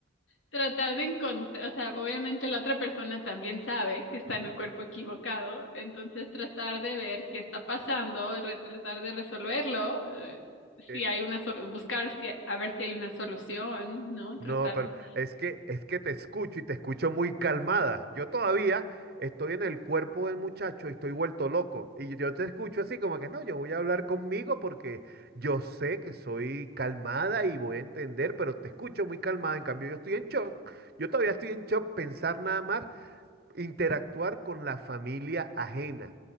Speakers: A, on the left (about 85°); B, on the right (about 50°).
A: Tratar de encontrar, o sea, obviamente la otra persona también sabe que está en un cuerpo equivocado, entonces tratar de ver qué está pasando, re- tratar de resolverlo, eh, si
B: Eh,
A: hay una solución, buscar si a ver si hay una solución, ¿no?
B: No,
A: Tratar
B: pero
A: de...
B: es que es que te escucho y te escucho muy calmada. Yo todavía estoy en el cuerpo del muchacho y estoy vuelto loco. Y yo te escucho así como que no, yo voy a hablar conmigo porque yo sé que soy calmada y voy a entender, pero te escucho muy calmada. En cambio, yo estoy en shock. Yo todavía estoy en shock pensar nada más interactuar con la familia ajena.